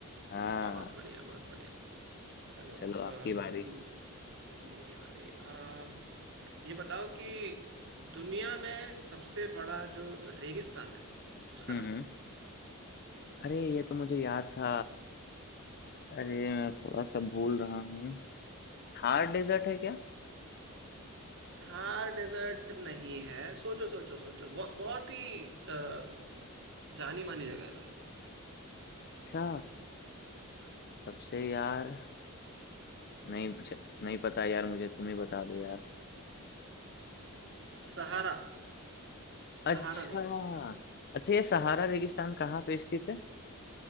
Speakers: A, on the left; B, on the right.
A: हाँ
B: बहुत बढ़िया बहुत बढ़िया चलो
A: चलो आपकी
B: अ,
A: बारी
B: म- मेरी बारी अ, ये बताओ कि दुनिया में सबसे बड़ा जो रेगिस्तान है उसका
A: हम्म
B: नाम
A: हम्म।
B: क्या है
A: अरे ये तो मुझे याद था अरे मैं थोड़ा सा भूल रहा हूँ थार डेजर्ट है क्या
B: थार डेजर्ट नहीं है सोचो सोचो सोचो बहुत बहुत ही अ, जानी मानी जगह है भाई
A: अच्छा सबसे यार नहीं पूछ नहीं पता यार मुझे तुम ही बता दो यार
B: सहारा
A: अच्छा
B: सहारा रेगिस्तान
A: अच्छा ये सहारा रेगिस्तान कहाँ पे स्थित है